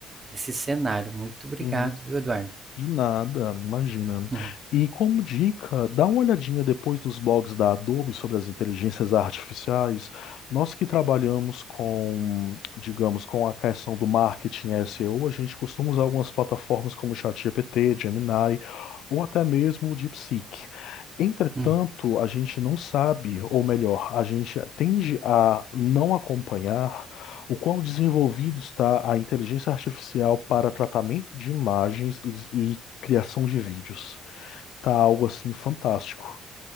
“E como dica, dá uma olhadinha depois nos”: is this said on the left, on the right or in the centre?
Left